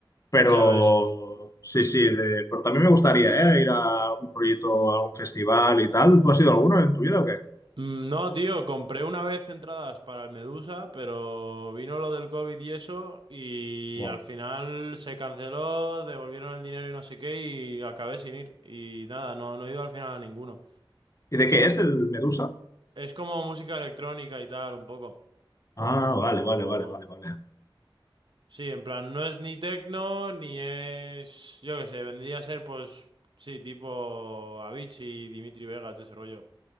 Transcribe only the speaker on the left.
Pero
sí, sí, de- pero también me gustaría, ¿eh? Ir a algún proyecto, a algún festival y tal. ¿Tú has ido a alguno en tu vida o qué?
Wow.
¿Y de qué es el Medusa?
Ah,
vale, vale, vale, vale, vale.